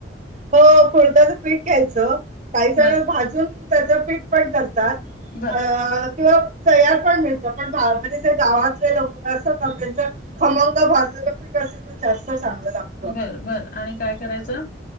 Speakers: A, on the right; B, on the left.
A: हो फुडताचं पीठ घ्यायचं काही जण
B: बर
A: भाजून त्याचं पीठ पण करतात.
B: बर
A: अ किंवा तयार पण मिळत पण म्हणजे गावातले लोक असत ना त्यांच खमंग भाजलेलं पीठ असेल तर जास्त चांगलं लागत
B: बर बरं आणि काय करायचं?